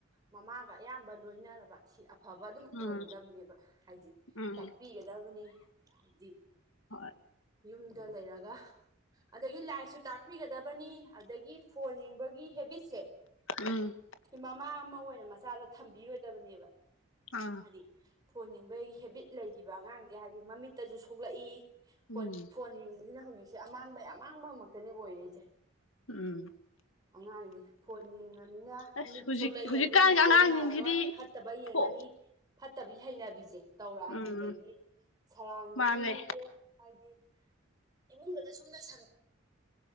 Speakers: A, on the right; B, on the left.
A: ꯃꯃꯥꯒ ꯑꯌꯥꯝꯕ ꯂꯣꯏꯅꯔꯕ ꯁꯤ ꯑꯐꯕ ꯑꯗꯨꯝ ꯑꯣꯏꯔꯗꯕꯅꯦꯕ
B: ꯎꯝ
A: ꯍꯥꯏꯗꯤ
B: ꯎꯝ
A: ꯇꯥꯛꯄꯤꯒꯗꯕꯅꯤ ꯗꯤ
B: ꯍꯣꯏ
A: ꯌꯨꯝꯗ ꯂꯩꯔꯒ ꯑꯗꯒꯤ ꯂꯥꯏꯛꯁꯨ ꯇꯥꯛꯄꯤꯒꯗꯕꯅꯤ ꯑꯗꯒꯤ ꯐꯣꯟ ꯌꯦꯡꯕꯒꯤ ꯍꯦꯕꯤꯠꯁꯦ
B: ꯎꯝ
A: ꯁꯤ ꯃꯃꯥ ꯑꯃ ꯑꯣꯏꯅ ꯃꯆꯥꯗ ꯊꯝꯕꯤꯔꯣꯏꯗꯕꯅꯦꯕ
B: ꯑꯥ
A: ꯍꯥꯏꯗꯤ ꯐꯣꯟ ꯌꯦꯡꯕꯩ ꯍꯦꯕꯤꯠ ꯂꯩꯈꯤꯕ ꯑꯉꯥꯡꯁꯦ ꯍꯥꯏꯗꯤ ꯃꯃꯤꯠꯇꯁꯨ ꯁꯣꯛꯂꯛꯏ
B: ꯎꯝ
A: ꯐꯣꯟ ꯐꯣꯟ ꯌꯦꯡꯕꯖꯤꯅ ꯍꯧꯖꯤꯛꯁꯦ ꯑꯃꯥꯡꯕꯩ ꯑꯃꯥꯡꯕ ꯃꯛꯇꯅꯦ ꯑꯣꯏꯔꯩꯖ‌ꯦ
B: ꯎꯝ
A: ꯑꯉꯥꯡꯗꯤ ꯐꯣꯟ ꯌꯦꯡꯉꯝꯅꯤꯅ
B: ꯑꯁ
A: ꯃꯤꯠ
B: ꯍꯧꯖꯤꯛ
A: ꯁꯣꯛꯂꯛꯏ
B: ꯍꯧꯖꯤꯛꯀꯥꯟꯒꯤ
A: ꯑꯗꯩ ꯃꯤ
B: ꯑꯉꯥꯡꯁꯤꯡꯁꯤꯗꯤ
A: ꯂꯣꯏꯅꯔꯔꯣꯏ ꯐꯠꯇꯕ ꯌꯦꯡꯉꯅꯤ
B: ꯐꯣ
A: ꯐꯠꯇꯕꯤ ꯍꯩꯅꯕꯤꯁꯦ ꯇꯧꯔꯛꯑꯅꯤ
B: ꯎꯝ
A: ꯑꯗꯒꯤ ꯁꯔꯥꯎꯟꯗꯤꯡꯖ‌ꯦ
B: ꯃꯥꯅꯦ
A: ꯍꯥꯏꯗꯤ ꯏꯃꯨꯡꯗꯗ ꯁꯨꯝ ꯂꯩꯁꯟ